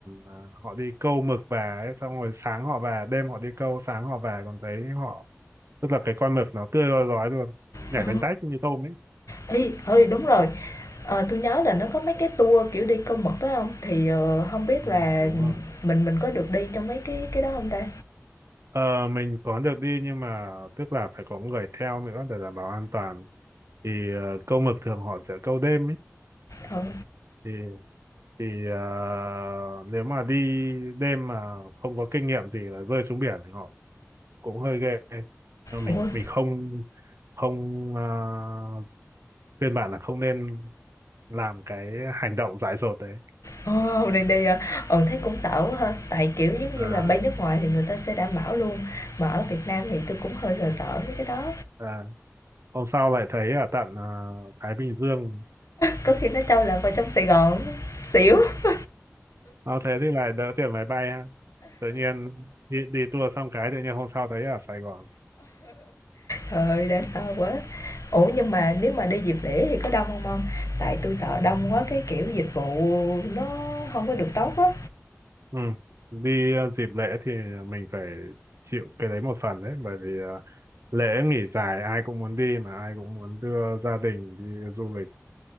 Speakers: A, on the right (about 60°); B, on the left (about 85°).
A: à, họ đi câu mực về ấy, xong rồi sáng họ về đêm họ đi câu sáng họ về còn thấy họ tức là cái con mực nó tươi rói rói luôn nhảy
B: ờ.
A: tanh tách như tôm ấy
B: Ê, ơi, đúng rồi, ờ, tui nhớ là nó có mấy cái tour, kiểu, đi câu mực phải không? Thì, ờ, hông biết
A: ừ,
B: là
A: đúng rồi
B: mình mình có được đi trong mấy cái cái đó không ta?
A: ờ, mình có được đi nhưng mà tức là phải có người theo nữa để đảm bảo an toàn thì ờ, câu mực thường họ sẽ câu đêm ấy
B: Ờ.
A: thì thì ờ, nếu mà đi đêm mà không có kinh nghiệm gì là rơi xuống biển thì họ cũng hơi ghê nhưng mình
B: Ủa,
A: mình không không uh, khuyên bạn là không nên làm cái hành động dại dột đấy
B: ồ, đang đi hả? Ừ, thấy cũng sợ quá ha, tại, kiểu, giống
A: à,
B: như là, bay nước ngoài thì người ta sẽ đảm bảo luôn, mà ở Việt Nam thì tôi cũng hơi sợ sợ mấy cái đó.
A: à. Hôm sau lại thấy ở tận à, Thái Bình Dương.
B: Có khi nó trâu lạc vào trong Sài Gòn xỉu. <laughs>
A: Nó thế thì lại đỡ tiền máy bay ha. Tự nhiên đi, đi tour xong cái tự nhiên hôm sau thấy ở Sài Gòn.
B: trời ơi, đáng sợ quá. Ủa, nhưng mà nếu mà đi dịp lễ thì có đông không ông? Tại tôi sợ đông quá cái, kiểu, dịch vụ nó không có được tốt á.
A: Ừ. Đi à, dịp lễ thì mình phải chịu cái đấy một phần đấy. Bởi vì à, lễ nghỉ dài ai cũng muốn đi mà ai cũng muốn đưa gia đình đi du lịch.